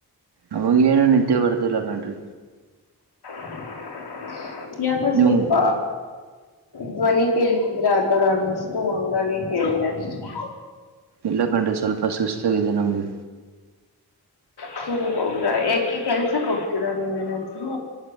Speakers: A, on the right; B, on the left.
A: ಅವಾಗ ಏನು ನಿತ್ಯ ಬರ್ತಲ್ಲ ಕಣ್ರಿ
B: <inaudible> ಯಾಗ ಸ್ವಲ್ಪ
A: ನಿಮ್ಗ್
B: ಧ್ವನಿ ಕೇಳ್ತಿದ್ರೆ ಆತರ ಅನ್ನಷ್ಟು ಹಂಗಾಗಿ ಕೇಳಿದೆ ಅಷ್ಟೆ
A: ಇಲ್ಲ ಕಂಡ್ರೆ ಸ್ವಲ್ಪ ಸುಸ್ತಾಗಿದೆ ನಮ್ಗೆ
B: ಹ್ಮ ಹೌದಾ ಯಾಕೆ ಕೆಲ್ಸಕ್ ಹೋಗ್ತೀರಾ ನೀವೇನಾದ್ರೂ